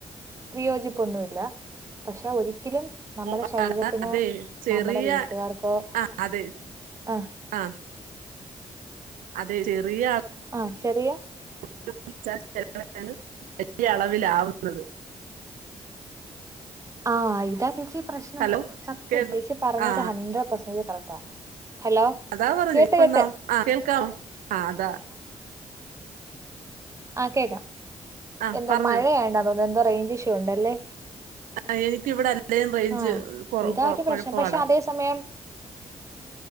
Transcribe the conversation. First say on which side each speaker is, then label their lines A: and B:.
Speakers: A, on the right; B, on the right.
A: വിയോജിപ്പൊന്നുമില്ല പക്ഷെ ഒരിക്കലും നമ്മുടെ
B: <unintelligible>
A: ശരീരത്തിനോ
B: അത് ചെറിയ
A: നമ്മുടെ വീട്ടുകാർക്കോ
B: ആ അത്ആ
A: ആഹ്
B: അതെ ചെറിയ
A: ആഹ് ചെറിയ
B: <unintelligible> വലിയ അളവിലാവുന്നത്
A: ആഹ് ഇതാ ചേച്ചി പ്രശ്നം
B: ഹലോ
A: സത്യം
B: കേട്ടോ
A: ചേച്ചി പറഞ്ഞത്
B: ആ
A: ഹഡ്രഡ് പെർസന്റേജ് കറക്റ്റാ ഹലോ
B: അതാ പറഞ്ഞേപ്പ
A: കേട്ട് കേട്ട്
B: നാംആ കേൾക്കാം അതാ
A: ആഹ് കേൾക്കാം
B: ആ
A: എന്തോ
B: പറഞ്ഞോ
A: മഴ ആയോണ്ടാ തോന്നുന്നു എന്തോ റേഞ്ച് ഇഷ്യൂ ഉണ്ടല്ലേ
B: ആ എനിക്കിവിടെ അല്ലേലും റേഞ്ച്
A: ആഹ്
B: കൊറ
A: ഇതാ
B: കൊ
A: ഒരു
B: കുഴപ്പമാടാ
A: പ്രശ്നം പക്ഷെ അതേ സമയം